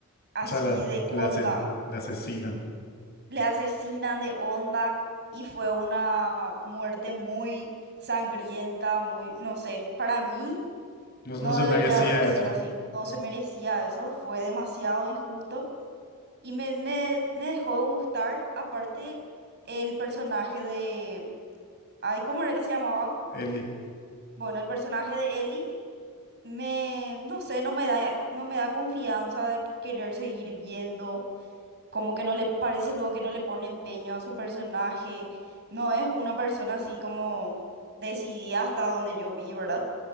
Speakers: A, on the right; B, on the left.
A: así
B: O sea, la,
A: de
B: la,
A: onda.
B: ase- la asesinan.
A: Le asesinan de onda y fue una muerte muy sangrienta, muy, no sé, para mí
B: No, no
A: no
B: se
A: debería
B: merecía
A: haber sido
B: eso,
A: así, no se merecía eso, fue demasiado injusto y me, me, me dejó de gustar, aparte el personaje de, ay, ¿cómo era que se llamaba?
B: Eli.
A: Bueno, el personaje de Ellie Me, no sé, no me da, no me da confianza de querer seguir viendo, como que no le parece luego que no le pone empeño a su personaje, no es una persona así como decidida hasta donde yo vi, ¿verdad?